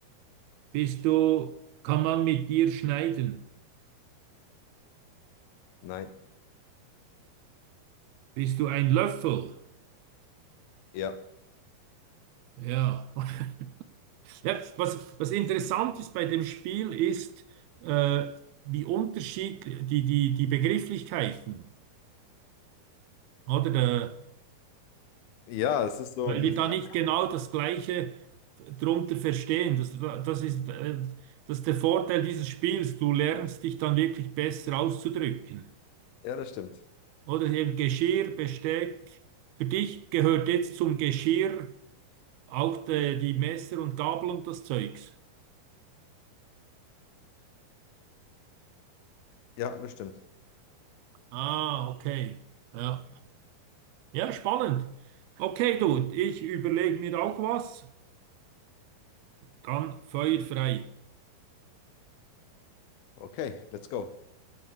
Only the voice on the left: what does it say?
nein,
ja.
Ja, es ist so
die
Frage.
Ja, das stimmt.
Ja, das stimmt.
Okay, let's go.